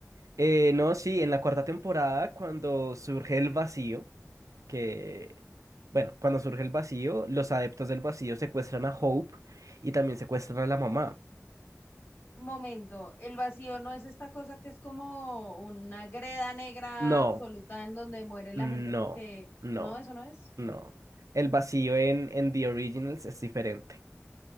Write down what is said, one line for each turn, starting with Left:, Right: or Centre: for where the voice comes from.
Right: Eh, no, sí, en la cuarta temporada, cuando surge el vacío, que, bueno, cuando surge el vacío, los adeptos del vacío secuestran a Hope y también secuestran a la mamá.
Left: Momento, el vacío no es esta cosa que es como una greda negra
Right: No,
Left: absoluta en donde muere la
Right: no,
Left: gente porque
Right: no,
Left: no, eso no es.
Right: no. El vacío en, en The Originals es diferente.